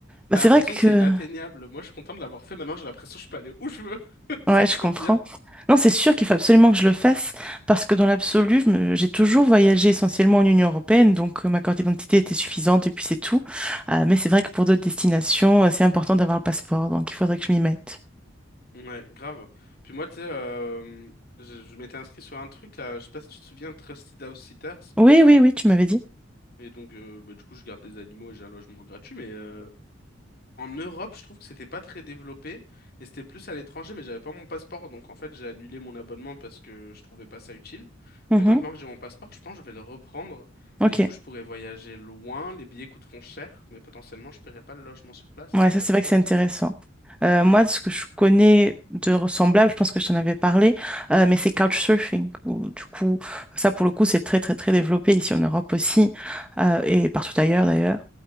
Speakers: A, in the centre; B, on the left (about 50°).
A: Bah,
B: t'as
A: c'est
B: l'impression
A: vrai que,
B: que c'est inatteignable. Moi, je suis content de l'avoir fait. Maintenant, j'ai l'impression que je peux aller où je veux. <laughs> C'est
A: ouais, je
B: trop
A: comprends.
B: bien.
A: Non, c'est sûr qu'il faut absolument que je le fasse parce que dans l'absolu, je me- j'ai toujours voyagé essentiellement en Union européenne, donc euh, ma carte d'identité était suffisante et puis c'est tout. Euh, mais c'est vrai que pour d'autres destinations, euh, c'est important d'avoir le passeport, donc il faudrait que je m'y mette.
B: Ouais, grave. Puis moi, tu sais, euh, je, je m'étais inscrit sur un truc là, je sais pas si tu te souviens, Trusted House Sitters.
A: Oui, oui, oui, tu m'avais dit.
B: Et donc, euh, bah, du coup, je garde des animaux et j'ai un logement gratuit, mais euh, En Europe, je trouve que c'était pas très développé et c'était plus à l'étranger, mais j'avais pas mon passeport, donc en fait j'ai annulé mon abonnement parce que je trouvais pas ça utile.
A: Mhm.
B: Mais maintenant que j'ai mon passeport, je pense que je vais le reprendre
A: Ok.
B: et du coup je pourrais voyager loin. Les billets coûteront cher, mais potentiellement je paierai pas le logement sur place.
A: Ouais,
B: Ça
A: ça
B: peut
A: c'est
B: être trop
A: vrai que c'est
B: bien.
A: intéressant. Euh, moi, ce que je connais de ressemblable, je pense que je t'en avais parlé, euh, mais c'est couchsurfing. où, du coup, ça pour le coup, c'est très très très développé ici en Europe aussi euh, et partout ailleurs d'ailleurs,